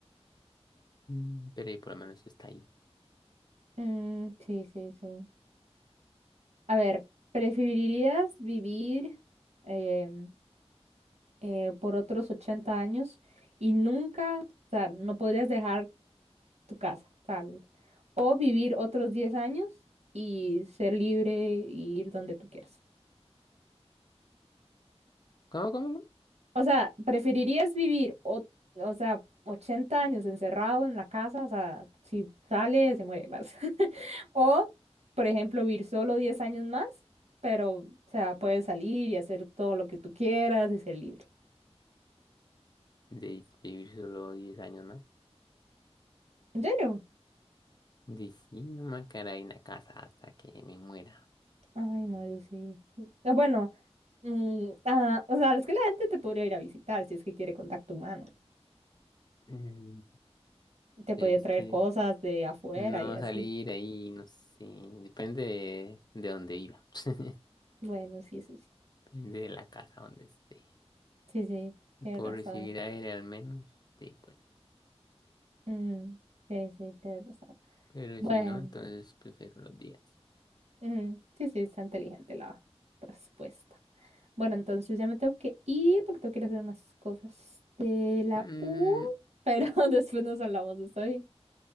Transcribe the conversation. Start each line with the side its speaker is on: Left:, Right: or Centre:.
Left: Mm, Pero ahí por lo menos está ahí.
Right: Mm, sí, sí, sí. A ver, ¿preferirías vivir em, eh, por otros 80 años y nunca, o sea, no podrías dejar tu casa, tal? O vivir otros 10 años y ser libre y ir donde tú quieras.
Left: ¿Cómo, cómo,
Right: O sea, ¿preferirías vivir, o, o sea, 80 años encerrado en la casa? O sea, si sale, se muere, <laughs> ¿vale? O, por ejemplo, vivir solo 10 años más, pero, o sea, puedes salir y hacer todo lo que tú quieras y ser libre.
Left: de vivir solo 10 años más.
Right: ¿En serio?
Left: De sí, no me quedaré en la casa hasta que me muera.
Right: Ay, no, yo sí. Ah, Bueno, mm, ah, o sea, es que la gente te podría ir a visitar si es que quiere contacto humano.
Left: Mm,
Right: Te podría
Left: Es
Right: traer
Left: que
Right: cosas de afuera
Left: no
Right: y así.
Left: salir ahí, no sé, depende de, de dónde viva, <laughs>
Right: Bueno, sí, eso sí.
Left: depende de la casa donde esté.
Right: Sí, sí,
Left: Y
Right: tienes
Left: puedo
Right: razón.
Left: recibir aire al menos, sí, pues.
Right: Mm, sí, sí, tienes razón.
Left: Pero
Right: Bueno,
Left: si no, entonces prefiero los días.
Right: mm, sí, sí, está inteligente la respuesta. Bueno, entonces ya me tengo que ir porque tengo que ir a hacer unas cosas de la
Left: Mm,
Right: U, pero <laughs> después nos hablamos, ¿está bien?